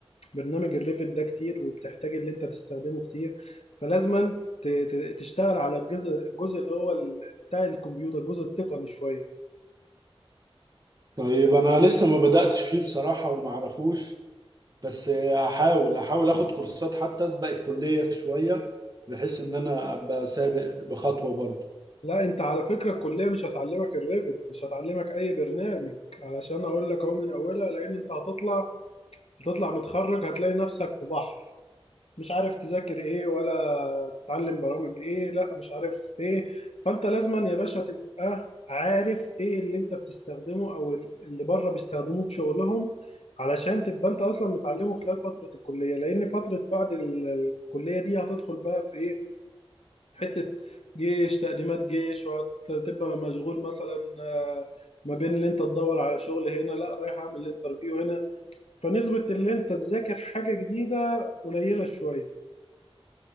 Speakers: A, on the left; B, on the right.
A: برنامج الريفت ده كتير وبتحتاج اللي انت تستخدمه كتير فلازما ت... ت- تشتغل على الجزء الجزء اللي هو ال- بتاع الكمبيوتر الجزء التقني شويه
B: طيب أنا لسه ما بدأتش فيه بصراحة ومعرفوش بس هحاول هحاول أخد كورسات حتى أسبق الكلية شوية بحيث إن أنا أبقى سابق بخطوة برضه
A: لا انت على فكره الكليه مش هتعلمك الريفت مش هتعلمك اي برنامج علشان اقول لك اهو من اولها لان انت هتطلع هتطلع متخرج هتلاقي نفسك في بحر مش عارف تذاكر ايه ولا تتعلم برامج ايه لا مش عارف ايه فانت لازما يا باشا تبقى عارف ايه اللي انت بتستخدمه او اللي بره بيستخدموه في شغلهم علشان تبقى انت اصلا متعلمه خلال فتره الكليه لان فتره بعد ال- الكليه دي هتدخل بقى في ايه في حتة جيش تقديمات جيش وهتبقى مشغول مثلا آه، ما بين اللي انت تدور على شغل هنا لا رايح اعمل انترفيو هنا فنسبة اللي انت تذاكر حاجة جديدة قليلة شوية